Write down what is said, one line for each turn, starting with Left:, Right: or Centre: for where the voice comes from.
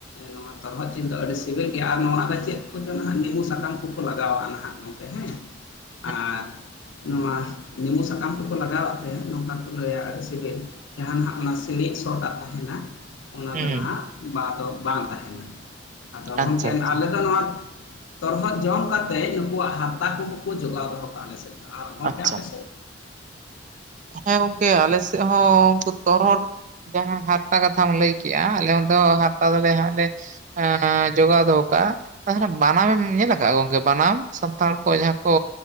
Left: ᱱᱚᱣᱟ ᱛᱚᱨᱦᱚᱫ ᱡᱤᱞ ᱫᱚ ᱟᱹᱰᱤ ᱥᱤᱵᱤᱞ ᱜᱮᱭᱟ ᱟᱨ ᱱᱚᱶᱟᱨᱮ ᱪᱮᱫ ᱠᱚ ᱪᱚᱸ ᱱᱟᱦᱟᱜ ᱱᱤᱸᱵᱩ ᱥᱟᱠᱟᱢ ᱠᱚᱠᱚ ᱞᱟᱜᱟᱣᱟᱜ-ᱟ ᱱᱟᱦᱟᱜ ᱜᱚᱢᱠᱮ ᱦᱮᱸ
Right: <inaudible>
Left: ᱟᱨ ᱱᱚᱣᱟ ᱱᱮᱸᱵᱩ ᱥᱟᱠᱟᱢ ᱠᱚᱠᱚ ᱞᱟᱜᱟᱣᱟᱜ ᱛᱮ ᱱᱚᱝᱠᱟ ᱠᱚ ᱞᱟᱹᱭᱟ ᱟᱹᱰᱤ ᱥᱤᱵᱤᱞ ᱡᱟᱦᱟᱸ ᱱᱟᱦᱟᱜ ᱚᱱᱟ ᱥᱤᱬᱤᱡ ᱥᱳ ᱴᱟᱜ ᱛᱟᱦᱮᱱᱟ ᱚᱱᱟ
Right: ᱦᱩᱸ
Left: ᱫᱚ ᱱᱟᱦᱟᱜ ᱵᱟ ᱫᱚ ᱵᱟᱝ ᱛᱟᱦᱮᱱᱟ ᱟᱫᱚ ᱜᱚᱢᱠᱮ
Right: ᱟᱪᱪᱷᱟ ᱟᱪᱪᱷᱟ
Left: ᱟᱞᱮ ᱫᱚ ᱱᱚᱶᱟ ᱛᱚᱨᱦᱚᱫ ᱡᱚᱢ ᱠᱟᱛᱮ ᱩᱱᱩᱠᱩᱣᱟᱜ ᱦᱟᱨᱛᱟ ᱠᱚᱦᱚᱸ ᱠᱚ ᱡᱚᱜᱟᱣ ᱫᱚᱦᱚ ᱠᱟᱜ-ᱟ ᱟᱞᱮ ᱥᱮᱫ ᱫᱚ, ᱟᱨ ᱚᱱᱛᱮ
Right: ᱟᱪᱪᱷᱟ
Left: ᱟᱯᱮ ᱥᱮᱫ?
Right: ᱦᱮᱸ ᱜᱚᱢᱠᱮ ᱟᱞᱮ ᱥᱮᱫ ᱦᱚᱸ ᱩᱱᱠᱩ ᱛᱚᱨᱦᱚᱫ ᱡᱟᱦᱟᱸ ᱦᱟᱨᱛᱟ ᱠᱟᱛᱷᱟᱢ ᱞᱟᱹᱭ ᱠᱮᱜ-ᱟ ᱟᱞᱮ ᱫᱚ ᱦᱟᱨᱛᱟ ᱫᱚ ᱞᱮ ᱦᱟᱸᱜ ᱞᱮ ᱟᱸᱻ ᱡᱚᱜᱟᱣ ᱫᱚᱦᱚ ᱠᱟᱜ-ᱟ ᱛᱟᱦᱚᱞᱮ ᱵᱟᱱᱟᱢ ᱮᱢ ᱧᱮᱞ ᱟᱠᱟᱜ-ᱟ ᱜᱚᱢᱠᱮ ᱵᱟᱱᱟᱢ ᱥᱟᱱᱛᱟᱲ ᱠᱚ ᱡᱟᱦᱟᱸ ᱠᱚ